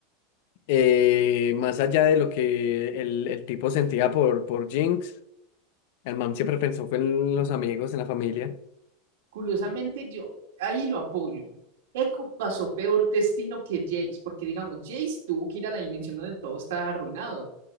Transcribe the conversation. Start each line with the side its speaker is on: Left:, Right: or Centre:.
Left: eh, más allá de lo que el, el tipo sentía por, por Jinx, el man siempre pensó fue en los amigos, en la familia.
Right: Curiosamente, yo ahí lo apoyo. Echo pasó peor destino que Jace, porque digamos, Jace tuvo que ir a la dimensión donde todo está arruinado